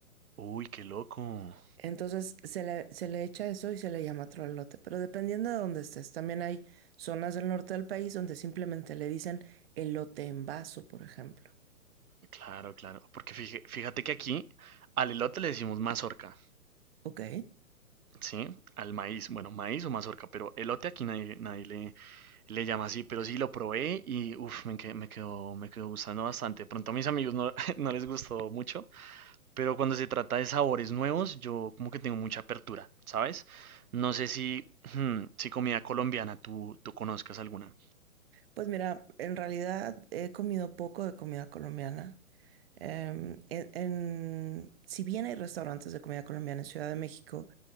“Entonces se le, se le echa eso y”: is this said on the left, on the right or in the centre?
Right